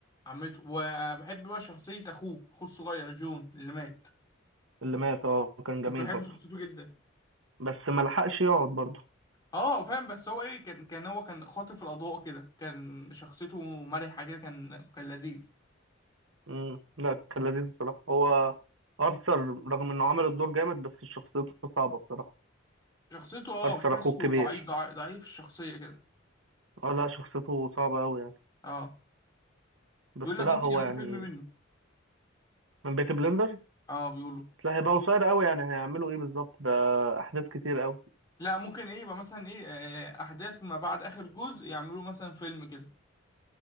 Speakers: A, on the left; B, on the right.
A: عمته وبحب بقى شخصيه اخوه اخوه الصغير جون اللي مات
B: اللي مات اه كان جميل
A: كنت بحب
B: برضه
A: شخصيته جدا
B: بس ما لحقش يقعد برضه
A: اه فاهم بس هو ايه كان كان هو كان خاطف الاضواء كده كان شخصيته مرحه كده كان كان لذيذ
B: امم لا كان لذيذ بصراحة هو أرثر رغم إنه عمل الدور جامد بس شخصيته صعبة بصراحة
A: شخصيته اه
B: أرثر
A: بتحسه
B: أخوه الكبير
A: ضعيف ضعيف, ضعيف الشخصيه كده
B: اه لا شخصيته صعبة أوي يعني
A: اه
B: بس
A: بيقول لك
B: لا
A: ممكن
B: هو
A: يعملوا
B: يعني
A: فيلم منه
B: من بيكي بلندرز
A: اه بيقولوا
B: لا هيبقى قصير أوي يعني هيعملوا إيه بالظبط ده أحداث كتير أوي
A: لا ممكن ايه يبقى مثلا ايه آه، احداث ما بعد اخر جزء يعملوا مثلا فيلم كده